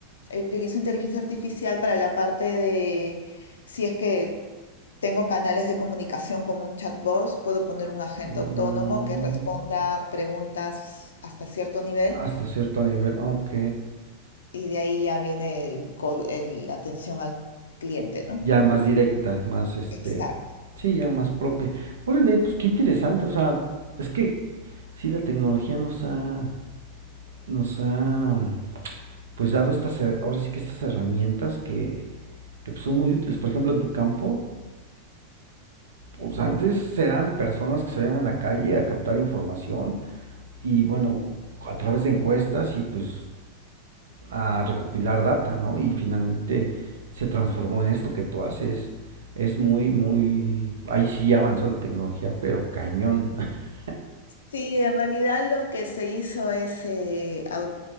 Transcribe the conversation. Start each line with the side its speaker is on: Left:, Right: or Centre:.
Left: eh, utilizo inteligencia artificial para la parte de, si es que tengo canales de comunicación como un chatbot, puedo poner un agente
Right: Mm,
Left: autónomo que responda preguntas hasta cierto nivel
Right: hasta cierto nivel, ok.
Left: y de ahí ya viene el call- el- la atención al cliente, ¿no?
Right: Ya más directa, más este.
Left: Exacto.
Right: Sí, ya más propia. Órale, pues qué interesante. O sea, es que sí, la tecnología nos ha, nos ha, pues dado estas, her- ahora sí que estas herramientas que, que pues, son muy útiles. Por ejemplo, en tu campo, pues antes eran personas que salían a la calle a captar información y bueno, a través de encuestas y pues a recopilar data, ¿no? Y finalmente se transformó en esto que tú haces. Es muy, muy... Ahí sí avanzó la tecnología, pero cañón. <laughs>
Left: Sí, en realidad lo que se hizo es eh, au-